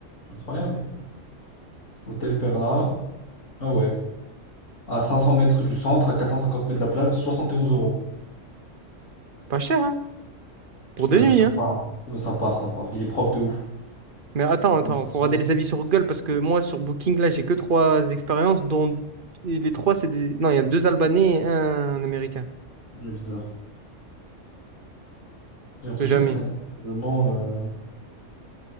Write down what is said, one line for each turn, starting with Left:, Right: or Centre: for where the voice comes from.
Left: Incroyable. Hôtel Perla. Ah ouais. À 500 mètres du centre, à 450 mètres de la plage, 71 euros.
Right: Pas cher, hein? Pour
Left: Vas-y,
Right: deux nuits,
Left: ça
Right: hein?
Left: part. hein. Ouais, ça part, ça part. Il est propre de ouf.
Right: Mais attends,
Left: On
Right: attends,
Left: voit les options.
Right: faut regarder les avis sur Google parce que moi, sur Booking, là, j'ai que trois expériences, dont et les trois, c'est des. Non, il y a deux Albanais et un Américain.
Left: Il est bizarre. J'ai l'impression
Right: Je sais jamais.
Left: que c'est un hébergement. euh,